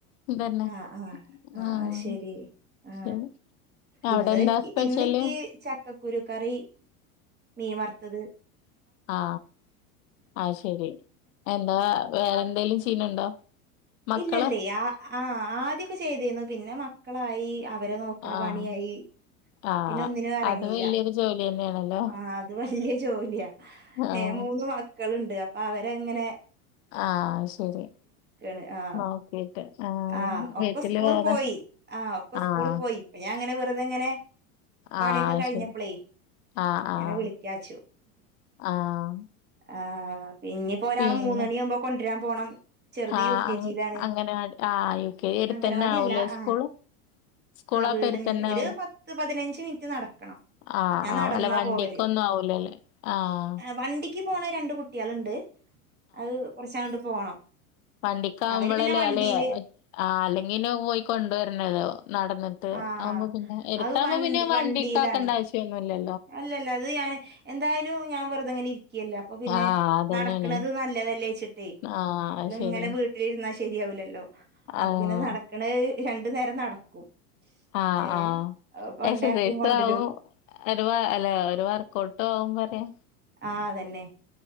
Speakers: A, on the left (about 65°); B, on the right (about 25°).
A: ഇതന്നെ
B: ആ ആ ആ
A: ആഹ്
B: അ ശരി ആ
A: ശരി അവടെ
B: ഇന്ന്ക്ക്
A: എന്താ സ്പെഷ്യല്
B: ഇന്ന്ൻക്കി ചക്കക്കുരു കറി മീൻ വർത്തത്.
A: ആ അതുശരി എന്താ വേറെ എന്തെങ്കിലും ചെയ്യണുണ്ടോ? മക്കള്
B: ഇല്ലല്ലെ. ആ ആ ആദ്യക്കെ ചെയ്തിരുന്നു പിന്നെ മക്കളായി അവരെ നോക്കണ
A: ആഹ്
B: പണിയായി.
A: ആഹ്
B: പിന്നെ ഒന്നിനും എറങ്ങീല
A: അത് വല്യൊരു ജോലി തന്നെയാണല്ലോ.
B: ആ അത് വല്ല്യ ജോലിയാ
A: ആഹ്
B: ഏ മൂന്ന് മക്കള്ണ്ട് അപ്പൊ അവരെങ്ങനെ
A: ആ ശരി.
B: ന്ന് ആ
A: നോക്കീട്ട് ആഹ്
B: ആ ഒക്കെ
A: വീട്ടില്
B: സ്‌കൂളി
A: വേറെ
B: പോയി ആ ഒക്കെ സ്‌കൂളി
A: ആഹ്
B: പോയി ഇപ്പ ഞാനങ്ങനെ വെറുതെങ്ങനെ പണിയൊക്കെ
A: ആഹ്
B: കഴിഞ്ഞപ്പളേയ്
A: ശരി. ആഹ്
B: ഇങ്ങനെ
A: ആഹ്
B: വിളിക്കാച്ചു
A: ആഹ്
B: ആ പിന്നയിപ്പോ ഒരാളെ
A: പിന്നെ
B: മൂന്നണി ആകുമ്പോ കൊണ്ട് രാൻ പോണം ചെറ്ത്
A: ആഹ്
B: യു കെ
A: അങ്
B: ജിയിലാണ്
A: അങ്ങനവാടി ആഹ് യു കെ എടുത്തന്നെ
B: അംഗനവാടി
A: ആവൂലേ
B: അല്ല ആ
A: സ്കൂള്? സ്കൂള്
B: ആ
A: അപ്പ
B: വീടിന്റെ
A: എടുത്തന്നെ
B: ഒരു
A: ആവൂലേ?
B: പത്ത് പതിനഞ്ച് മിനിറ്റ് നടക്കണം
A: ആഹ്
B: ഞാൻ
A: ആഹ്
B: നടന്നാ
A: അല്ല വണ്ടിക്കൊന്നും
B: പോവല്
A: ആവൂലല്ലേ? ആഹ്
B: വണ്ടി ഇക്ക് പോണ രണ്ട് കുട്ടികളുണ്ട് അത് കുറച്ച് ആണ്ട് പോണം
A: വണ്ടിക്ക്‌ ആവുമ്പോളല്ലേ
B: അവര് പിന്നെ വണ്ടിയില്
A: അല്ലെ ആ അല്ലെങ്കി പിന്നെ പോയി കൊണ്ടുവരണല്ലോ നടന്നിട്ട്
B: ആ
A: ആവുമ്പോ പിന്നെ എടുത്താകുമ്പോ
B: അത് വണ്ടി
A: പിന്നെ വണ്ടിക്ക്‌
B: വണ്ടിയിലാണ്
A: ആക്കേണ്ട ആവശ്യംഒന്നും ഇല്ല
B: അല്ലല്ല അത് ഞാൻ എന്തായാലും ഞാൻ വെറുതെങ്ങനെ ഇരി ക്യാല അപ്പൊ പിന്നെ
A: ആഹ് അതന്നെയാണ്
B: നടക്ക്‌ണത് നല്ലതല്ലേ ച്ചിട്ടേയ്
A: ആഹ്
B: എപ്പളും
A: അത് ശരിയാ
B: ഇങ്ങനെ വീട്ടിലിരുന്നാൽ ശരിയാവിലല്ലോ അപ്പൊ
A: ആഹ്
B: പിന്നെ നടക്ക്‌ണത് രണ്ട് നേരം നടക്കും
A: ആ
B: ഏ
A: ആ
B: കൊണ്ടാക്കും
A: എക്സസൈസ്
B: കൊണ്ടരും
A: ആവും ഒര് അല്ലെ ഒരു വർകൗട്ട് ആവും പറയാ
B: ആ തന്നെ